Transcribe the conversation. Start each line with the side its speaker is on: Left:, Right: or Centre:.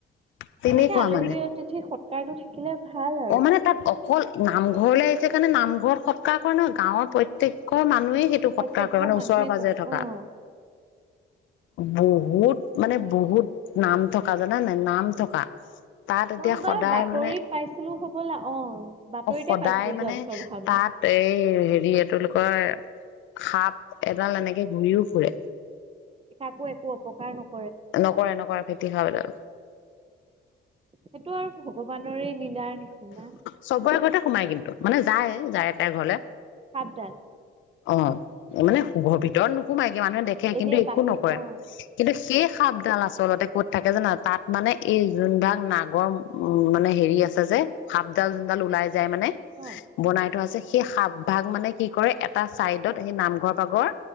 Left: তেনেকুৱা
Right: তেনেকে আলহী
Left: মানে
Right: অতিথি সৎকাৰটো থাকিলে ভাল আৰু।
Left: অ মানে তাত অকল নামঘৰলৈ আহিছে কাৰণে নামঘৰত সৎকাৰ নহয় গাঁওৰ প্ৰত্যেক ঘৰ মানুহেই সেইটো
Right: প্ৰত্যেক
Left: সৎকাৰ কৰে
Right: ঘৰ
Left: মানে
Right: মানুহে
Left: ওচৰৰে পাজৰে
Right: কৰে
Left: থকা।
Right: অ',
Left: বহুত মানে বহুত নাম থকা জানা নাই? নাম থকা। তাত এতিয়া
Right: মই এবাৰ
Left: সদায়
Right: বাতৰিত
Left: মানে
Right: পাইছিলো হ'বলা? অ বাতৰিতে
Left: সদায়
Right: পাইছিলো
Left: মানে
Right: যোৱা বছৰ ভাওনাত।
Left: তাত এই হেৰি এটোলোকৰ সাপ এডাল এনেকে ঘুৰিও ফুৰে।
Right: কাকো একো অপকাৰ নক
Left: নকৰে নকৰে তি খাব ল
Right: সেইটো আৰু ভগৱানৰে লীলাৰ নিচিনা
Left: চবৰে ঘৰতে সোমাই কিন্তু মানে যায় যায় তাই ঘৰলে
Right: সাবডাল
Left: অ মানে সুৰ ভিতৰত নোসোমাই মানুহে দেখে
Right: এনেই
Left: কিন্তু একো
Right: বাহিৰ
Left: নকৰে
Right: অ',
Left: কিন্তু কি সাপডাল আচলতে কত থাকে জানা তাত মানে এই যোনভাগ নাগৰ উ মানে হেৰি আছে যে সাপডাল যোনডাল ওলাই যাই মানে
Right: অ',
Left: বনাই থোৱাছে সেই সাপ ভাগ মানে কি কৰে এটা চাইডত সেই নামঘৰ ভাগৰ